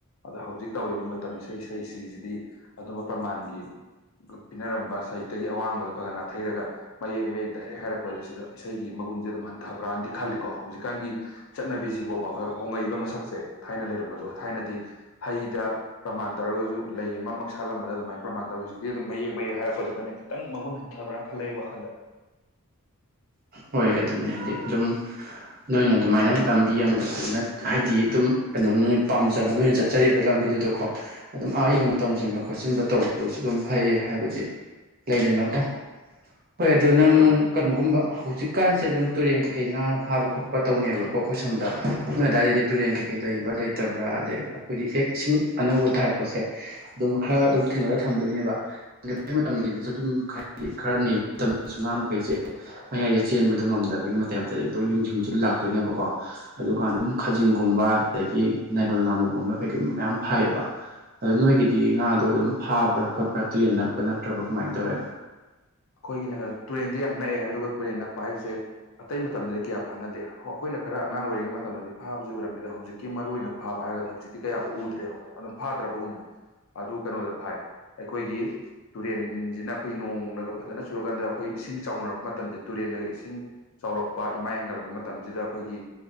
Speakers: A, on the left; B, on the right.
A: ꯑꯗ ꯍꯧꯖꯤꯛ ꯇꯧꯔꯤꯕ ꯃꯇꯝ ꯏꯁꯩ ꯁꯛꯏꯁꯤꯡꯖꯤꯗꯤ ꯑꯗꯨꯝꯕ ꯄ꯭ꯔꯃꯥꯟꯒꯤ ꯄꯤꯅꯔꯝꯕ ꯁꯍꯤꯇ꯭ꯌꯒꯤ ꯑꯋꯥꯡꯕꯗꯣ ꯈꯒ ꯅꯥꯊꯩꯔꯒ ꯃꯌꯦꯛ ꯃꯌꯦꯛ ꯗꯥꯏꯔꯦꯛ ꯍꯥꯏꯔꯛꯄꯖꯦ ꯁꯤꯗꯥ ꯏꯁꯩ ꯑꯩꯒꯤ ꯃꯒꯨꯟꯖꯦ ꯑꯗꯨꯝ ꯍꯟꯊꯕ꯭ꯔꯥꯅꯗꯤ ꯈꯜꯂꯤꯀꯣ ꯍꯧꯖꯤꯛꯀꯥꯟꯒꯤ ꯆꯠꯅꯕꯤꯖꯤꯕꯣꯕ ꯍ ꯍꯣꯡꯉꯛꯏꯕ ꯃꯁꯛꯁꯦ ꯊꯥꯏꯅ ꯂꯩꯔꯝꯕꯗꯣ ꯊꯥꯏꯅꯗꯤ ꯍꯩꯗ ꯄ꯭ꯔꯃꯥꯟ ꯇꯧꯔꯒꯖꯨ ꯂꯩ ꯑꯃ ꯃꯛ ꯁꯥꯠꯂꯝꯕꯗ ꯑꯗꯨꯃꯥꯏ ꯄ꯭ꯔꯃꯥꯟ ꯇꯧꯌꯤ ꯍꯧꯖꯤꯛꯇꯤ ꯑꯗꯨꯝ ꯃꯌꯦꯛ ꯃꯌꯦꯛ ꯍꯥꯏꯔꯛꯄꯖꯤꯗꯅꯦ ꯈꯤꯇꯪ ꯃꯒꯨꯟ ꯍꯟꯊꯕ꯭ꯔꯥꯅ ꯈꯜꯂꯦ ꯑꯩ ꯋꯥꯈꯟꯗ
B: ꯍꯣꯏ ꯑꯗꯨꯅꯦ ꯍꯥꯏꯗꯤ ꯑꯗꯨꯝ ꯅꯣꯏꯅ ꯑꯗꯨꯃꯥꯏꯅ ꯂꯝꯕꯤ ꯑꯃꯗ ꯐꯖꯅ ꯍꯥꯏꯗꯤ ꯑꯗꯨꯝ ꯀꯅꯣ ꯅꯣꯏꯅ ꯄꯥꯝꯖꯕ ꯅꯣꯏꯅ ꯆꯠꯆꯔꯤꯕ ꯂꯝꯕꯤ ꯑꯗꯨꯗꯀꯣ ꯑꯗꯨꯝ ꯑꯥ ꯌꯧꯅ ꯇꯝꯖꯤꯟꯕ ꯈꯣꯠꯆꯤꯟꯕ ꯇꯧꯕꯗꯁꯨ ꯑꯗꯨꯝ ꯐꯩ ꯍꯥꯏꯕꯗꯤ ꯂꯩꯗꯅꯥꯀꯣ ꯍꯣꯏ ꯑꯗꯨ ꯅꯪ
A: ꯃꯥꯅꯦ
B: ꯀꯅꯣꯒꯨꯝꯕ ꯍꯧ ꯍꯧꯖꯤꯛꯀꯥꯟꯁꯦ ꯑꯗꯨꯝ ꯇꯨꯔꯦꯟ ꯀꯩꯀꯩ ꯉꯥ ꯐꯥꯕ ꯈꯣꯠꯄ ꯇꯧꯅꯦꯕꯀꯣ ꯑꯩꯈꯣꯏ ꯁꯣꯝꯗ ꯅꯣꯏ ꯑꯗꯥꯏꯗꯩꯗꯤ ꯇꯨꯔꯦꯟ ꯀꯩ ꯀꯩ ꯂꯩ ꯂꯩꯕ꯭ꯔꯥ ꯂꯩꯇꯕ꯭ꯔꯥ ꯑꯗꯩ ꯑꯈꯣꯏꯗꯤ ꯍꯦꯛ ꯏꯁꯤꯡ ꯑꯅꯧꯕ ꯇꯥꯔꯛꯄꯁꯦ ꯑꯗꯨꯝ ꯈꯔ ꯗꯨꯝ ꯊꯤꯡꯒꯠꯂ ꯊꯝꯗꯣꯏꯅꯤ ꯅꯦꯕꯥ ꯉꯜꯂꯤꯉꯩ ꯃꯇꯝꯒꯤꯗꯨꯖꯨ ꯑꯗꯨꯝ ꯍꯥꯏꯗꯤ ꯈꯔ ꯅꯩꯕ ꯃꯇꯝꯗꯖꯨ ꯉꯥ ꯃꯈꯩꯁꯦ ꯃꯌꯥꯏꯗ ꯆꯦꯟꯕꯗꯣ ꯉꯝꯗꯕꯒꯤ ꯃꯇꯥꯏ ꯃꯇꯥꯏ ꯏꯗꯣ ꯌꯨꯡꯖꯤꯡꯖꯨ ꯂꯥꯛꯇꯣꯏꯅꯦꯕꯀꯣ ꯑꯗꯨꯀꯥꯟꯗ ꯑꯗꯨꯝ ꯈꯖꯤꯡꯒꯨꯝꯕ ꯑꯗꯩ ꯗꯒꯤ ꯅꯥꯏꯔꯣꯟ ꯉꯥꯃꯨꯒꯨꯝꯕ ꯀꯩ ꯀꯩꯒꯨꯝꯕ ꯃꯌꯥꯝ ꯐꯥꯏꯌꯦꯕ ꯑꯗꯣ ꯅꯣꯏꯒꯤꯗꯤ ꯉꯥꯗꯣ ꯑꯗꯨꯝ ꯐꯥꯕ꯭ꯔꯥ ꯈꯣꯠꯄ꯭ꯔꯥ ꯇꯨꯔꯦꯟ ꯅꯛꯄ꯬ꯔ ꯅꯛꯇ꯭ꯔꯕ ꯀꯃꯥꯏ ꯇꯧꯋꯤ
A: ꯑꯩꯈꯣꯏꯒꯤꯅ ꯀꯩꯅꯣ ꯇꯨꯔꯦꯟꯗꯤ ꯌꯥꯝ ꯅꯛꯑꯦ ꯑꯗꯨꯒ ꯇꯨꯔꯦꯟ ꯅꯛꯄ ꯍꯥꯏꯁꯦ ꯑꯇꯩ ꯃꯇꯝꯗꯗꯤ ꯀꯌꯥ ꯐꯥꯅꯗꯦ ꯑꯩꯈꯣꯏꯅ ꯈꯔ ꯑꯉꯥꯡ ꯑꯣꯏꯔꯤꯉꯩ ꯃꯇꯝꯗꯗꯤ ꯐꯥꯕꯁꯤ ꯎꯔꯝꯃꯦ ꯑꯗꯣ ꯍꯧꯖꯤꯛꯀꯤ ꯃꯔꯨꯑꯣꯏꯅ ꯐꯥꯕ ꯍꯥꯏꯔꯒꯗꯤ ꯍꯧꯖꯤꯛꯇꯤ ꯀꯌꯥꯕꯨ ꯎꯗ꯭ꯔꯦꯕꯀꯣ ꯑꯗꯨꯝ ꯐꯥ ꯒꯨꯝꯃꯦ ꯑꯗꯨ ꯀꯩꯅꯣꯗ ꯐꯥꯏ ꯑꯩꯈꯣꯏꯒꯤ ꯇꯨꯔꯦꯟꯁꯤꯅ ꯑꯩꯈꯣꯏ ꯅꯣꯡꯅꯒ ꯐꯖꯅ ꯆꯨꯔꯀꯥꯟꯗ ꯑꯩꯈꯣꯏ ꯏꯁꯤꯡ ꯆꯥꯎꯅꯔꯛꯄ ꯃꯇꯝꯁꯦ ꯇꯨꯔꯦꯜꯟꯅꯒ ꯏꯁꯤꯡ ꯆꯥꯎꯔꯛꯄ ꯏꯃꯥꯏ ꯍꯦꯟꯒꯠꯂꯛꯄ ꯃꯇꯝꯁꯤꯗ ꯑꯩꯈꯣꯏ ꯑꯈꯣꯏꯒꯤ